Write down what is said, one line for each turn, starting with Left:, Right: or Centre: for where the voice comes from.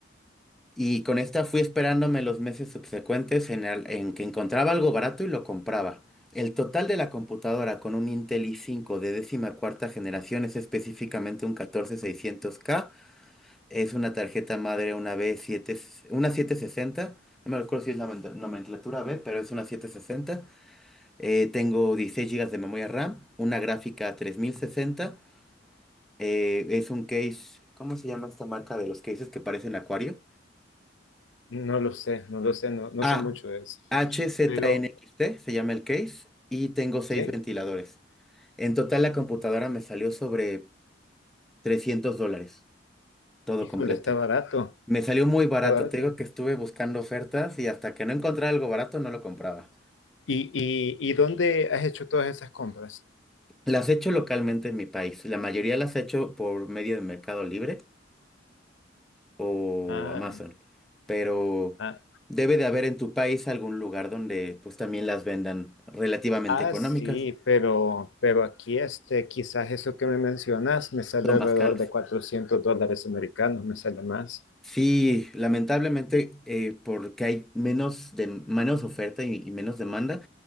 Centre: Y con esta fui esperándome los meses subsecuentes en, el- en que encontraba algo barato y lo compraba. El total de la computadora con un Intel i5 de décima cuarta generación es específicamente un 14600K. Es una tarjeta madre, una B7, una 760. No me acuerdo si es la nomen- nomenclatura B, pero es una 760. Eh, tengo 16 gigas de memoria RAM, una gráfica 3060. eh, es un case, ¿cómo se llama esta marca de los cases que parecen acuario?
Left: No lo sé, no lo sé, no, no
Centre: A,
Left: sé mucho de eso.
Centre: HZNXT,
Left: Pero,
Centre: se llama el case, y tengo seis
Left: ¿sí?
Centre: ventiladores. En total la computadora me salió sobre 300 dólares, todo
Left: Híjole,
Centre: completo.
Left: está barato,
Centre: Me salió muy barato,
Left: está barato.
Centre: te digo que estuve buscando ofertas y hasta que no encontraba algo barato no lo compraba.
Left: ¿Y, y, y dónde has hecho todas esas compras?
Centre: Las he hecho localmente en mi país, la mayoría las he hecho por medio de Mercado Libre o
Left: Ah,
Centre: Amazon, pero
Left: ah,
Centre: debe de haber en tu país algún lugar donde pues también las vendan relativamente
Left: ah,
Centre: económicas,
Left: sí, pero, pero aquí este, quizás eso que me mencionas me sale
Centre: son
Left: alrededor
Centre: más caras.
Left: de 400 dólares americanos, me sale más.
Centre: Sí, lamentablemente, eh, porque hay menos, de, menos oferta y, y menos demanda,